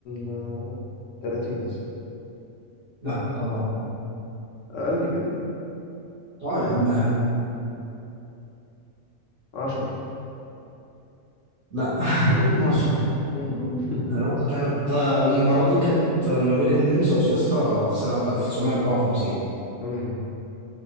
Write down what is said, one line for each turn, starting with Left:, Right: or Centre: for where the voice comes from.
Left: آه، 30 مثلا
Right: لا طبعا
Left: اقل كده
Right: أه يا عم أقل.
Left: عشرة
Right: لا <laughs> 12
Left: مم. <laughs>
Right: تمام كانت آه، المباراة دي كانت آه، ما بين النمسا وسويسرا في سنة 1954
Left: مم.